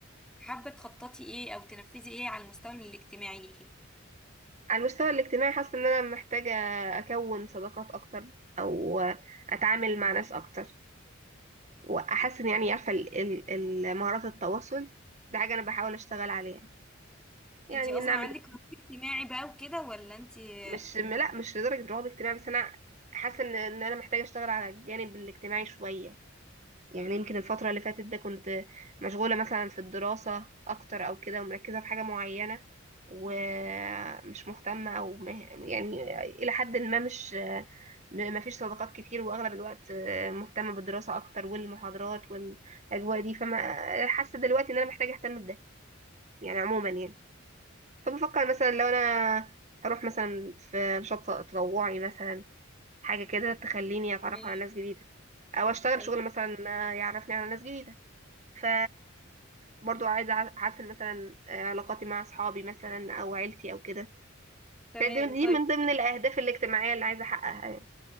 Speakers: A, in the centre; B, on the right.
A: حابه تخططي ايه او تنفذي ايه على المستوى الاجتماعي ليكي
B: على المستوى الاجتماعي حاسة ان انا محتاجة اكون صداقات اكتر او آه، اتعامل مع ناس اكتر واحسن يعني عارفة ال- ال- ال- مهارات التواصل ده حاجة انا بحاول اشتغل عليها يعني
A: انت اصلا
B: نعمل
A: عندك رهاب اجتماعي بقى وكده ولا انت آه،
B: مش لا مش لدرجة رهاب اجتماعي بس انا حاسة ان إن انا محتاجة اشتغل على الجانب الاجتماعي شوية يعني يمكن الفترة اللي فاتت ده كنت مشغولة مثلا في الدراسة أكتر أو كده ومركزة في حاجة معينة ومش مهتمة أو مه- يعني إلى حد ما مش ما فيش صداقات كتير وأغلب الوقت مهتمة بالدراسة أكتر والمحاضرات والأجواء دي فما حاسة دلوقتي إن أنا محتاجة أهتم بده يعني عموما يعني فبفكر مثلا لو أنا هروح مثلا في نشاط تطوعي مثلا حاجة كده تخليني أتعرف
A: تمام
B: على ناس جديدة أو أشتغل
A: تمام
B: شغل مثلا يعرفني على ناس جديدة ف برضو عايزة أع- أحسن مثلا آه، علاقاتي مع أصحابي مثلا أو عيلتي أو كده
A: تمام.
B: فدي دي
A: طيب
B: من ضمن الأهداف الاجتماعية اللي عايزة أحققها يعني